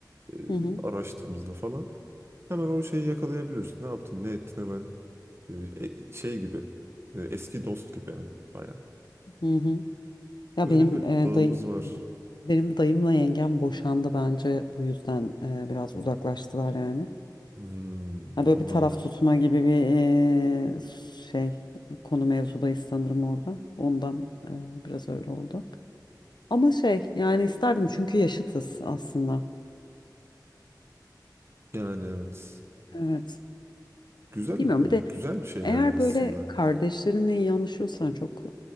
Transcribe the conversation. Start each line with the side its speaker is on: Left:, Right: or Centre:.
Right: e,
Left: Hı hı
Right: araştığımızda falan hemen o şeyi yakalayabiliyorsun. Ne yaptın, ne ettin hemen e, e, şey gibi e, eski dost gibi yani bayağı.
Left: hı hı. Ya
Right: Öyle
Left: benim
Right: bir
Left: e,
Right: bağımız
Left: dayı
Right: var.
Left: benim dayımla yengem boşandı bence bu yüzden e, biraz uzaklaştılar yani.
Right: Hmm,
Left: Ha böyle
Right: olabilir.
Left: bir taraf tutma gibi bir e, şey konu mevzudayız sanırım orada. Ondan e, biraz öyle oldu. Ama şey yani isterdim çünkü yaşıtız aslında.
Right: Yani evet.
Left: Evet.
Right: Güzel
Left: Bilmiyorum
Right: olur.
Left: bir de
Right: Güzel bir şey
Left: Eğer
Right: yani aslında.
Left: böyle kardeşlerinle iyi anlaşıyorsan çok